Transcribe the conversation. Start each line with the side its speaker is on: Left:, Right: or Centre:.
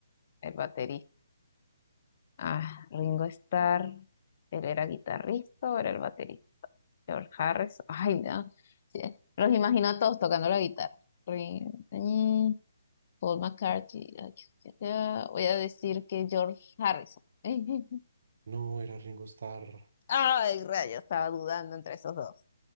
Left: el baterista. Ah, Ringo Starr. Él era guitarrista o era el baterista. George Harris, ay, no. Sí, Los imagino a todos tocando la guitarra. Rin- mm, Paul McCartney. ay, ya sea, Voy a decir que George Harrison. <laughs>
Right: No, era Ringo Starr.
Left: Ay, rayos, estaba dudando entre esos dos.